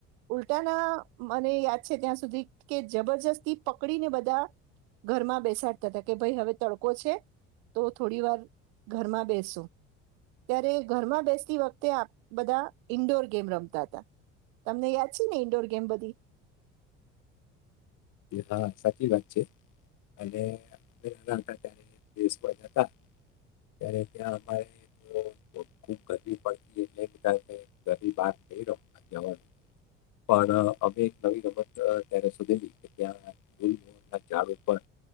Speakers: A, on the right; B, on the left.
A: ઉલટાના મને યાદ છે ત્યાં સુધી કે જબરજસ્તી પકડીને બધા ઘરમાં બેસાડ કે ભઈ હવે તડકો છે તો થોડી વાર ઘરમાં બેસું ત્યારે ઘરમાં બેસતી વખતે આપ બધા ઈન્ડોર ગેમ રમતા હતા. તમને યાદ છે ને ઈન્ડોર ગેમ બધી
B: હા સાચી વાત છે અને અમે હતા ત્યારે દેશમાં જતા ત્યારે ત્યાં અમારે તો ખુબ ગરમી પડતી એટલે બધા ને ઘર ની બહાર નઈ રમવા જવાનું પણ અમે એક નવી રમત અત્યારે શોધેલી કે ત્યાં ગુલમહરના ઝાડ ઉપર